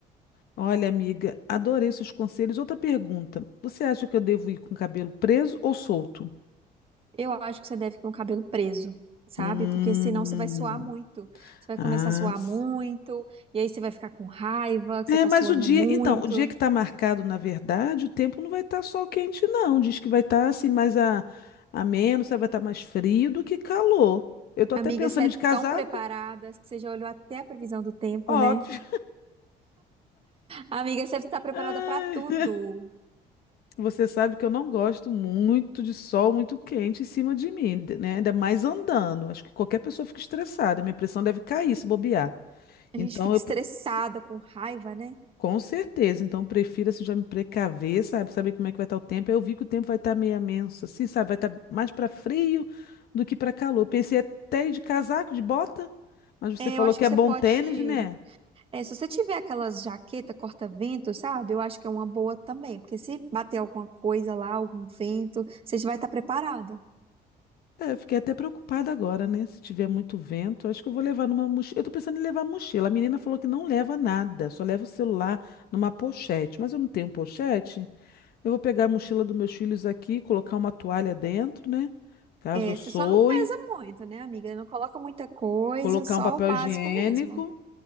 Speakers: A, on the left; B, on the right.
A: Olha, amiga, adorei seus conselhos. Outra pergunta. Você acha que eu devo ir com o cabelo preso ou solto?
B: Eu acho que você deve ter um cabelo preso, sabe?
A: Hum.
B: Porque senão você vai suar muito. Você vai
A: Ah,
B: começar a suar
A: s-
B: muito, e aí você vai ficar com raiva, que
A: é,
B: você tá
A: mas
B: suando
A: o dia,
B: muito.
A: então, o dia que está marcado, na verdade, o tempo não vai estar sol quente, não. Diz que vai estar assim mais a, ameno, sabe, vai estar mais frio do que calor. Eu tô até
B: Amiga,
A: pensando
B: você é
A: de
B: tão
A: casaco,
B: preparada, que você já olhou até a previsão do tempo,
A: óbvio.
B: né? Amiga, você está preparada
A: <laughs> Ai,
B: pra tudo.
A: Você sabe que eu não gosto muito de sol muito quente em cima de mim, de- né? Ainda mais andando. Acho que qualquer pessoa fica estressada. Minha pressão deve cair se bobear.
B: A
A: Então
B: gente fica
A: eu
B: estressada, com raiva, né?
A: Com certeza, então prefiro assim já me precaver, sabe? Saber como é que vai estar o tempo. Aí Eu vi que o tempo vai estar meio ameno, assim, sabe? Vai estar mais para frio do que para calor. Pensei até ir de casaco, de bota, mas você
B: É,
A: falou
B: eu acho
A: que
B: que
A: é
B: você
A: bom
B: pode.
A: tênis, né?
B: é, se você tiver aquelas jaqueta corta-vento, sabe? Eu acho que é uma boa também, porque se bater alguma coisa lá, algum vento, você já vai estar preparada.
A: É, eu fiquei até preocupada agora, né? Se tiver muito vento, acho que eu vou levar numa mochila. Eu tô pensando em levar mochila. A menina falou que não leva nada, só leva o celular numa pochete. Mas eu não tenho pochete. Eu vou pegar a mochila dos meus filhos aqui, colocar uma toalha dentro, né? Caso
B: É,
A: eu soe.
B: você só não pesa muito, né, amiga? Não coloca muita coisa,
A: Colocar
B: só
A: um papel
B: o básico
A: higiênico.
B: mesmo,